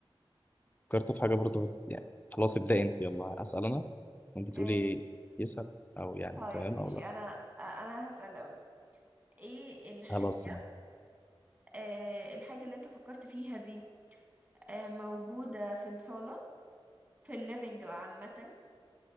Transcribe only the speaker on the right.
آه
طيب
ماشي
انا آه، انا هسأل الاول ايه الحاجة
آه الحاجة اللي انت فكرت فيها دي آه، موجودة في الصالة في الليفينج عامة